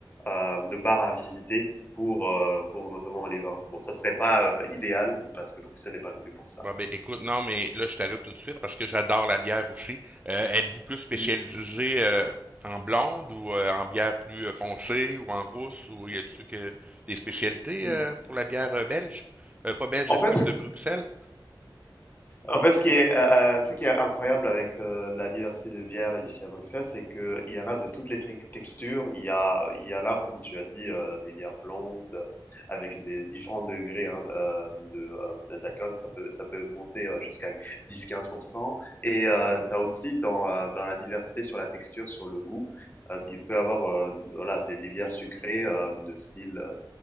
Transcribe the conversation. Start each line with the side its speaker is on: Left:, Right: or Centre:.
Left: hem, de bar à visiter pour, euh, pour notamment les vins. Bon, ça serait pas euh, idéal parce que Bruxelles n'est pas connu pour ça.
Right: Bon, ben, écoute, non, mais là, je t'arrête tout de suite parce que j'adore la bière aussi. Euh, êtes-vous plus spécialisé
Left: Mm,
Right: euh, en blonde ou euh, en bière plus euh, foncée ou en rousse ou y a-t-il que des spécialités
Left: mm.
Right: euh, pour la bière euh, belge? Euh, pas belge,
Left: En
Right: excuse,
Left: fait,
Right: de Bruxelles?
Left: En fait, ce qui est, euh, euh, ce qui est incroyable avec euh, la diversité de bières ici à Bruxelles, c'est qu'il y en a de toutes les tri- textures. Il y a, il y en a, comme tu as dit, euh, des bières blondes avec des différents degrés hein, euh, de, euh, d'alcool. Ça peut, ça peut monter euh, jusqu'à 10-15%. Et euh, tu as aussi dans, euh, dans la diversité sur la texture, sur le goût, euh, il peut y avoir euh, voilà, des, des bières sucrées euh, de style euh,